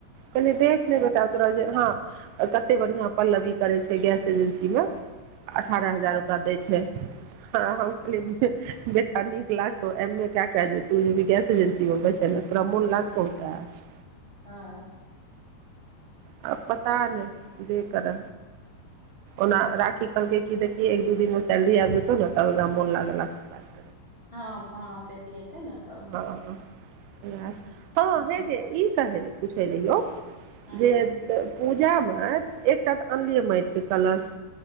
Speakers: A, on the right; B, on the left.
A: कनि देख नहि बेटा तोराे हँ कते बढ़िया पल्लवी करे छै। गैस एजेंसीमे अठारह हजार ओकरा देय छै। हं हम कहलियै बेटा नीक लागतौ एम ए कऽ कऽ जे तु एजेंसीमे बैसल रह तोरा मोन लागतौ ओ काज
B: हँ
A: आब पता नहि जे कर' ओना राखी कहलकै कि देखि एक दू दिन मे सैलरी आबि जेतौ ने तऽ ओरा मोन लागे लागतौ क
B: हँ ह से लिेते ने त
A: मे हँ हे
B: काज
A: ई कह पूछै ले यौ
B: करतै। हँ
A: जे पूजामे एकटा तऽ अनलियै माटिके कलश